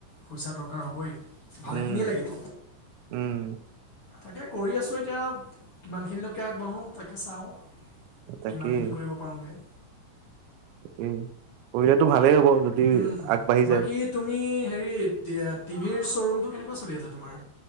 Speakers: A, on the left; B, on the right.
A: পইচা দৰকাৰ হ'বই। ভালেখিনিয়ে
B: উম,
A: লাগিব
B: উম।
A: তাকে কৰি আছো এতিয়া কিমানখিনিলৈকে আগবাঢ়ো তাকে চাও
B: তাকেই
A: কিমানখিনি কৰিব পাৰোগে
B: উম, কৰিলেটো ভালেই হ'ব যদি
A: উম উম
B: আগবাঢ়ি
A: বাকী
B: যায়।
A: তুমি হেৰি টিভিৰ শ্ব'ৰুমটো কেনেকুৱা চলি আছে তোমাৰ?